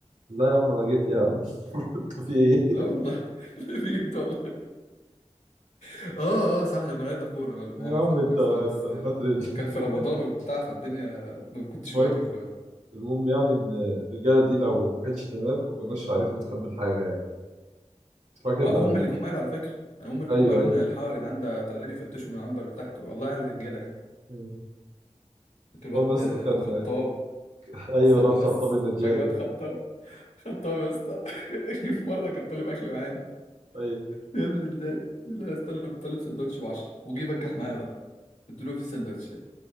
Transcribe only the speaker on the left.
لا والله <laughs> بجد والله اه اه صح لما لعبنا كورة بقى لا مؤاخذة
لا
مؤاخذة
أنا بس
آه،
كان في رمضان وبتاع فالدنيا ما كنتش
واكل كويس
اه
هم اللي جم قالوا على فكرة يعني هم اللي
جم قالوا
لنا الحق يا جدعان ده طالعين يفتشوا من العنبر اللي تحت والله على الرجالة يعني
فاكر
الواد
آه،
خطاب
استنى
بس
فاكر الواد
خطاب خطاب يا اسطى <laughs> جه في مرة كان طالب أكل معانا
بيعمل ازاي؟ لا يا اسطى طالب طالب سندوتش ب 10 وجه بجح معايا بقى قلت له في سندوتش